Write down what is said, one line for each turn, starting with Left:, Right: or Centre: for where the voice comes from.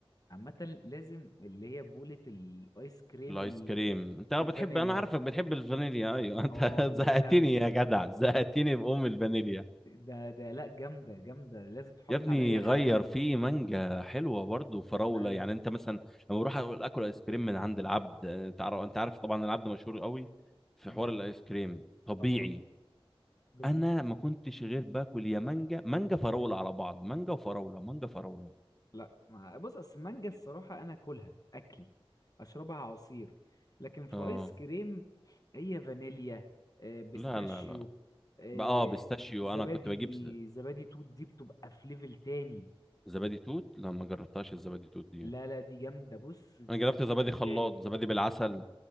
Left: عامه لازم اللي هي بوله الايس كريم
Centre: الايس
Left: ال-
Centre: كريم انت آه
Left: الفانيليا
Centre: بتحب انا عارفك بتحب الفانيليا ايوه <laughs> انت
Left: اه
Centre: زهقتني
Left: يا لهوي
Centre: يا جدع زهقتني بام الفانيليا
Left: ده ده لا جامده جامده لازم تحط
Centre: يا ابني
Left: على اي
Centre: غير
Left: حاجه
Centre: في مانجا حلوه برضه وفراوله
Left: ما
Centre: يعني انت مثلا لما بروح اقول اكل ايس كريم من عند العبد آه، تعرف انت عارف طبعا العبد مشهور قوي في
Left: مم.
Centre: حوار الايس كريم طبيعي
Left: اه بالظبط
Centre: انا ما كنتش غير باكل يا مانجا مانجا فراوله على بعض مانجا وفراوله مانجا فراوله
Left: لا ما بص اصل المانجا الصراحة انا اكلها اكل اشربها عصير لكن في
Centre: اه
Left: ايس كريم هي فانيليا آه، بيستاشيو
Centre: لا لا لا
Left: آه،
Centre: بقى اه بيستاشيو
Left: ز- زبادي
Centre: انا كنت بجيب ز-
Left: زبادي توت دي بتبقى في ليفل تاني
Centre: زبادي توت لا ما جربتهاش الزبادي توت دي
Left: لا لا دي جامدة بص دي
Centre: انا جربت
Left: في
Centre: زبادي
Left: ليفل
Centre: خلاط
Left: تاني
Centre: زبادي بالعسل